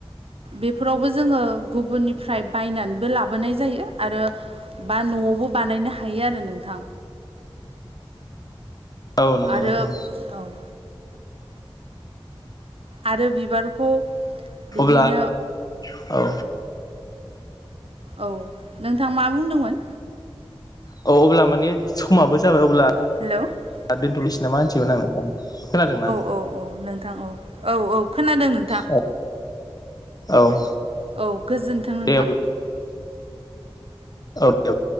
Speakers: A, on the right (about 75°); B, on the left (about 40°).
A: बेफोरावबो जोङो गुबुननिफ्राय बायनानै बो लाबोनाय जायो आरो बा न'आवबो बानायनो हायो आरो नोंथां।
B: औ नंगौ
A: आरो
B: नोंथां
A: औ। आरो बिबारखौ बिदिनो।
B: अब्ला औ
A: औ नोंथां मा बुंदोंमोन।
B: औ अब्ला माने समाबो जाबाय अब्ला
A: हेलौ औ
B: <unintelligible> नोंथां खोनादों ना
A: औ औ नोंथां औ औ औ खोनादों नोंथां
B: औ औ
A: औ गोजोनथों नोंथां
B: दे औ <unintelligible>